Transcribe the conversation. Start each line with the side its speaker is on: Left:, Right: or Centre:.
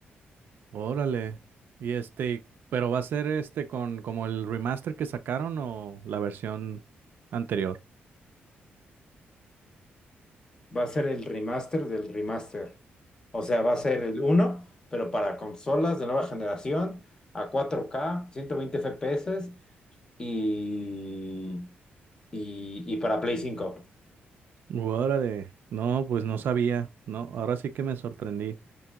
Right: Órale. Y este, pero va a ser este con como el remaster que sacaron o la versión anterior.
Left: Va a ser el remaster del remaster. O sea, va a ser el uno, pero para consolas de nueva generación, a cuatro k 120 FPS y, y, y para Play cinco.
Right: Órale. No, pues no sabía. No, ahora sí que me sorprendí.